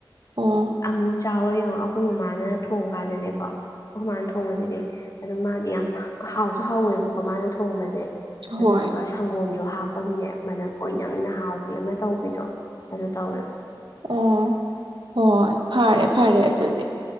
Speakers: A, on the right; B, on the left.
A: ꯑꯣ
B: ꯑꯃꯨꯛ ꯆꯥꯎꯋ ꯌꯦꯡꯉꯣ ꯑꯩꯈꯣꯏ ꯃꯃꯥꯅ ꯊꯣꯡ ꯀꯥꯟꯗꯅꯦꯀꯣ ꯑꯩꯈꯣꯏ ꯃꯥꯅ ꯊꯣꯡꯕꯁꯤꯗꯤ ꯑꯗꯣ ꯃꯥꯗꯤ ꯌꯥꯝ ꯍꯥꯎꯁꯨ ꯍꯥꯎꯋꯦꯕꯀꯣ ꯃꯥꯅ ꯊꯣꯡꯕꯁꯦ
A: ꯍꯣꯏ
B: ꯑꯗꯨꯗꯨꯒ ꯁꯪꯒꯣꯝꯁꯨ ꯍꯥꯞꯄꯒꯤꯅꯦ ꯃꯅꯝ ꯑꯣꯏꯅꯝꯅ ꯍꯥꯎꯕꯤ ꯑꯃ ꯇꯧꯕꯤꯗꯣ ꯑꯗꯨ ꯇꯧꯋꯦꯕ
A: ꯑꯣ ꯍꯣꯏ ꯐꯔꯦ ꯐꯔꯦ ꯑꯗꯨꯗꯤ